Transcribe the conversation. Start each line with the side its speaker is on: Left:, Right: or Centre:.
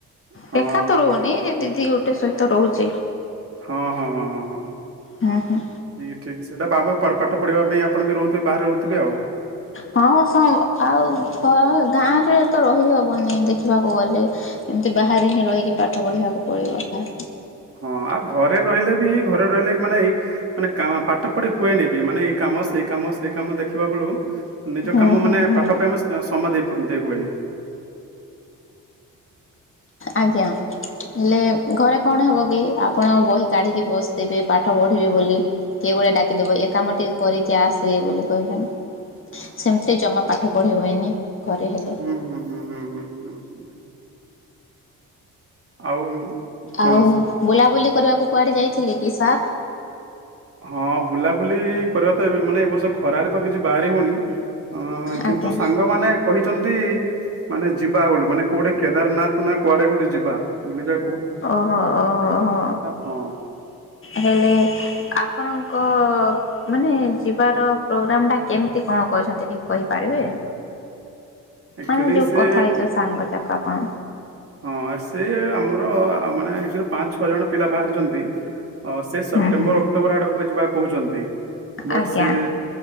Right: ହଁ
Left: ଦେଖା ତ
Right: ହଁ
Left: ହଉନି
Right: ହଁ ହଁ
Left: ଯେ ଦିଦି ଗୋଟେ ସହିତ ରହୁଛି।
Right: ହଁ ହଁ ହଁ ହଁ ହଁ।
Left: ହଁ ହଁ।
Right: ଠିକ ଠିକ ସେଇଟା ଆ ପାଠ ପଢିବା ପାଇଁ ଆପଣ ବି ରହୁଥିବେ ବାହାରେ ରହୁଥିବେ ଆଉ
Left: ହଁ ଆଉ ଘ ଗାଁରେ ତ ରହିହବନି ଦେଖିବାକୁ ଗଲେ ଏମିତି ବାହାରେ ହିଁ ରହିକି ପାଠ ପଢିବାକୁ ପଡିବ।
Right: ହଁ ଆଉ ଘରେ ରହିଲେ ବି ଘରେ ରହିଲେ ମାନେ ଏଇ ମାନେ ପାଠ ପଢି ହୁଏନି ବି ମାନେ ଏଇ କାମ ସେଇ କାମ ସେ କାମ ଦେଖିବା ବେଳୁ ନିଜ
Left: ହୁଁ
Right: କାମ
Left: ହୁଁ
Right: ମାନେ
Left: ହୁଁ।
Right: ପାଠ ପାଇଁ ସ ସମୟ ଦେଇ ଦେଇ ହୁଏନି।
Left: ଆଜ୍ଞା ହେଲେ ଘରେ କଣ ହବ କି ଆପଣ ବହି କାଢିକି ବସିଥିବେ ପାଠ ପଢିବେ ବୋଲି କିଏ ଗୁଡେ ଡାକିଦବ ଏ କାମ ଟେ କରିକି ଆସିବେ ବୋଲି କହିବେ ସେମିତି ଜମା ପାଠ ପଢିବ ହୁଏନି। ଘରେ ହେଲେ
Right: ହୁଁ ହୁଁ ହୁଁ ହୁଁ ହୁଁ ହୁଁ। ଆଉ। କଣ
Left: ଆଉ
Right: ଅଛି?
Left: ବୁଲାବୁଲି କରିବାକୁ କୁ କୁଆଡ଼େ ଯାଇଥିଲି କି ସାର୍?
Right: ହଁ ବୁଲାବୁଲି କରିବା ତ ଏବେ ମାନେ ଏ ବର୍ଷ ଖରାରେ ତ କିଛି ବାହାରି ହଉନି। ହଁ କିନ୍ତୁ
Left: ଆଜ୍ଞା।
Right: ସାଙ୍ଗମାନେେ କହି ଛନ୍ତି ମାନେ ଯିବା ବେଳୁ ମାନେ କୋଉଟେ କେଦାରନାଥ ନା କୁଆଡେ କୋଟେ ଯିବା ଯି ବୋଲି ଯା
Left: ଓହୋ ଓୋ ହୋ
Right: ହଁ
Left: ହେଲେ ଆପ ଆପଣଙ୍କ ମାନେ ଯିବାର ପ୍ରୋଗ୍ରମ୍ ଟା କେମିତି କଣ କହିଛନ୍ତି ଟିକେ କହିପାରିବେ
Right: ଆକ୍ଚୁଆଲି
Left: ମାନେ ଯୋଉ
Right: ସେ
Left: କଥା ହେଇଛ ସାଙ୍ଗଟାକ ଆପଣ?
Right: ହଁ ସେ ଆମର ଆ ମାନେ ଆଚ୍ୟୁଲି ପାଞ୍ଚ ଛଅ ଜଣ ପିଲା ବାହାରିଛନ୍ତି। ହଁ ସେପ୍ଟମ୍ବର
Left: ହୁଁ ହୁଁ
Right: ଅକ୍ଟୋବର ଆଡକୁ ଯିବାକୁ କହୁଛନ୍ତି କୁ ବଟ
Left: ଆଜ୍ଞା।
Right: ସେ